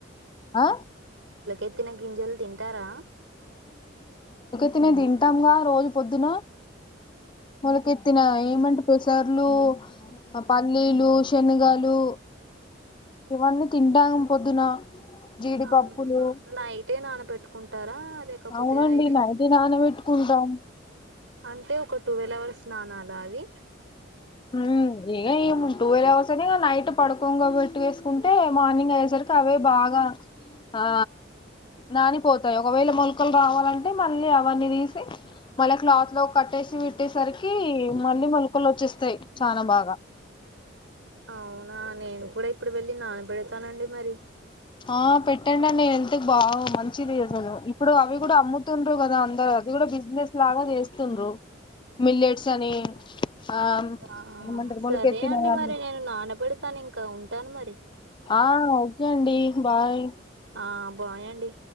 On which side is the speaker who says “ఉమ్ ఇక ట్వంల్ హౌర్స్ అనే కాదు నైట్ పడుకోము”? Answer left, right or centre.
Left